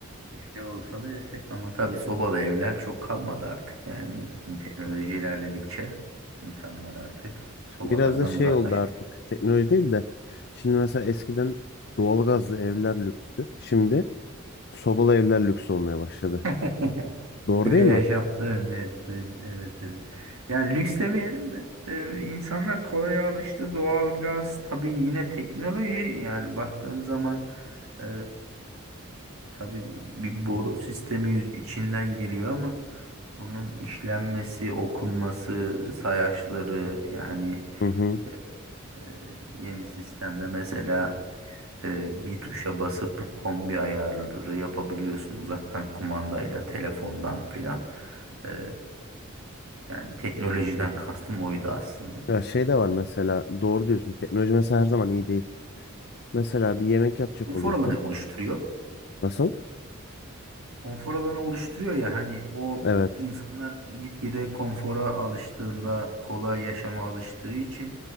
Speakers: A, on the right; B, on the left.
A: Bir şey olsa da yesek ama tabii sobalı evler çok kalmadı artık yani teknoloji ilerledikçe insanlar artık
B: <laughs>
A: sobalardan
B: Biraz da şey
A: uzaklaştı.
B: oldu artık. Teknoloji değil de. Şimdi mesela eskiden doğalgazlı evler lükstü. Şimdi sobalı evler lüks olmaya başladı.
A: <laughs>
B: Doğru
A: Köye
B: değil mi?
A: yaşamda ne, ne- evet evet. Yani lüks demeyelim de e, insanlar kolay alıştı doğal gaz tabii yine teknoloji yani baktığın zaman e, tabii bir boru sistemi yüz- içinden geliyor ama bunun işlenmesi, okunması, sayaçları yani
B: Hı hı.
A: E, e, Yeni sistemde mesela e, bir tuşa basıp kombi ayarı yapabiliyorsun uzaktan kumandayla, telefondan filan. E, yani teknolojiden kastım oydu aslında.
B: Ya şey de var mesela doğru diyorsun. Teknoloji mesela her zaman iyi değil. Mesela bir yemek yapacak
A: Konfor
B: oluyorsun.
A: alanı oluşturuyor.
B: Nasıl?
A: Konfor alanı oluşturuyor ya hani o
B: Evet.
A: insanlar gitgide konfora alıştığında, kolay yaşama alıştığı için